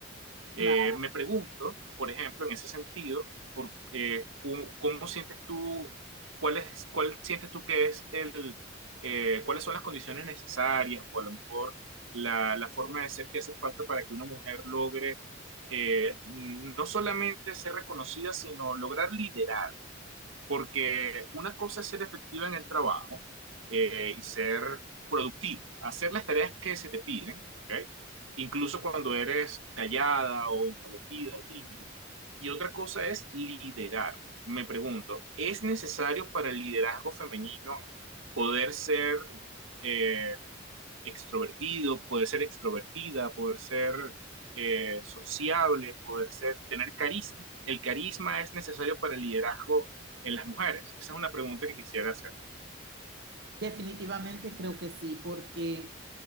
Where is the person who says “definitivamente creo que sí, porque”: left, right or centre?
Right